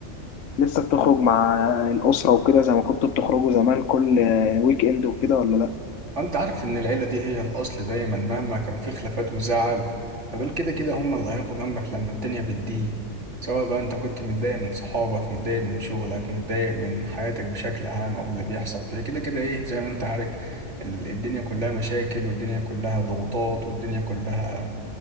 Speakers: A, on the left; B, on the right.
A: لسه بتخرج مع الأسرة وكده زي ما كنتوا بتخرجوا زمان كل ويك إند وكده ولا لأ؟
B: آه، انت عارف ان العيلة دي هي الاصل دايما مهما كان في خلافات وزعل فدول كده كده هم اللي هيقفوا جنبك لما الدنيا بتضيق سواء بقى انت كنت متضايق من صحابك متضايق من شغلك متضايق من حياتك بشكل عام او اللي بيحصل فيها كده كده ايه زي ما انت عارف ال- الدنيا كلها مشاكل والدنيا كلها ضغوطات والدنيا كلها